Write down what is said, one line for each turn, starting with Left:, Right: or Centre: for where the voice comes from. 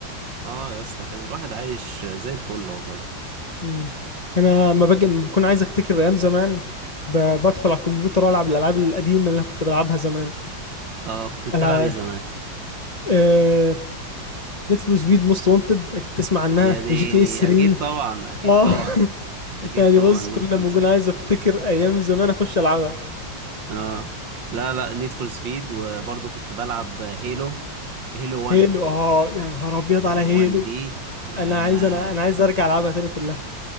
Right: اه يا اسطى كان الواحد عايش زي الفل والله
Left: مم. انا ما باجي ما بكون عايز افتكر ايام زمان ب- بدخل على الكمبيوتر والعب الالعاب القديمة اللي انا كنت بلعبها زمان
Right: اه كنت بتلعب
Left: ألع-
Right: ايه زمان
Left: آه، نيد فور سبيد موست وانتد اكيد تسمع عنها
Right: يا ديني
Left: جي تي اس 3
Right: اكيد طبعا اكيد
Left: اه
Right: طبعا
Left: <laughs>
Right: اكيد
Left: يعني
Right: طبعا
Left: بص
Right: نيد
Left: كل
Right: فور
Left: ما اكون عايز افتكر ايام زمان اخش العبها
Right: اه لا لا نيد فور سبيد وبرضه كنت بلعب هيلو هيلو 1
Left: هيلو اه يا نهار ابيض
Right: هيلو
Left: على هيلو
Right: 1 دي يا
Left: انا عايز انا انا عايز ارجع العبها تاني كلها